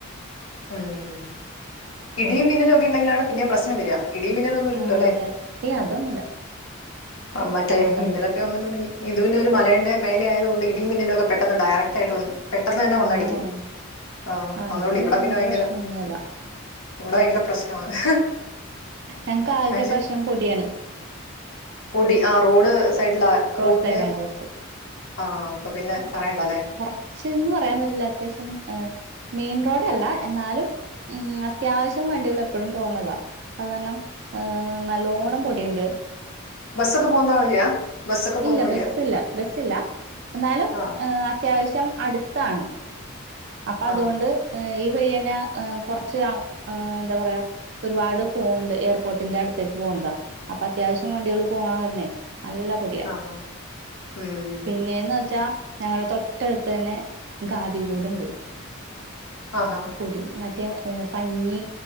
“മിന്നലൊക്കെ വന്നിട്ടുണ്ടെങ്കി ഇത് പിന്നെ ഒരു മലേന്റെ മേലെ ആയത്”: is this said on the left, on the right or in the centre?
Left